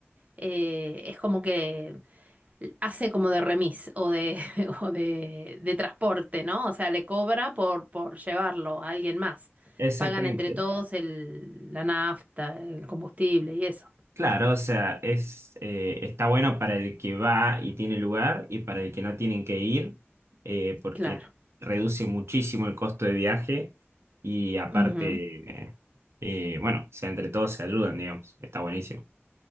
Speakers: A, on the right (about 35°); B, on the right (about 75°).
A: eh, es como que hace como de remis o de, <laughs> o de, de transporte, ¿no? O sea, le cobra por, por llevarlo a alguien más.
B: Exactamente.
A: Pagan entre todos el, la nafta, el combustible y eso.
B: Claro, o sea, es, eh, está bueno para el que va y tiene lugar y para el que no tienen que ir, eh, porque
A: Claro.
B: reduce muchísimo el costo de viaje y aparte,
A: Ujú.
B: eh, eh, bueno, o sea, entre todos se ayudan, digamos, está buenísimo.